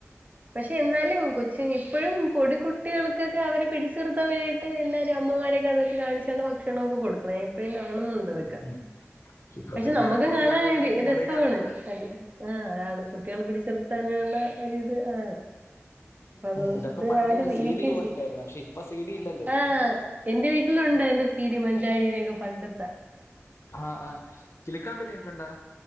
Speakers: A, on the right; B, on the left.
A: പക്ഷേയെന്നാലും കൊച്ചി നിപ്പളും പൊടികുട്ടികൾക്കൊക്കെ അവരെ പിടിച്ചു നിർത്താൻവേണ്ടിയിട്ട് എല്ലാവരും അമ്മമാരൊക്കെയതൊക്കെ കാണിച്ചാണു ഭക്ഷണം ഭക്ഷണമൊക്കെ കൊടുക്കുന്നേ എപ്പളും കാണുന്നുണ്ടതൊക്കെ അതൊക്കെ
B: ഉം ഇപ്പൊ
A: പക്ഷേനമ്മുക്കുംകാണാൻ
B: പിന്നെ കുട്ടികളുടെ കയ്യിലും മൊബൈൽ
A: രസമാണ്
B: ആണല്ലോ
A: കഴി ആ അതാണ്കുട്ടികൾ പിടിച്ചു നിർത്താനള്ള ഒരിത് ആ അപ്പൊഅതുകൊണ്ട്
B: ഉം ഇതൊക്കെ പണ്ട്
A: അവരിരിക്കയുംചെയ്യും.
B: സി ഡി രൂപത്തിലായിരുന്നു പക്ഷെ ഇപ്പൊ സി ഡി ഇല്ലല്ലോ
A: ആ എന്റെ വീട്ടിലുണ്ടതിന്റെ സി ഡി മഞ്ചാടിയുടെയൊക്കെ പണ്ടത്ത
B: ആഹ് ഹാ കിലുക്കാൻ പെട്ടി കണ്ടിട്ടുണ്ടോ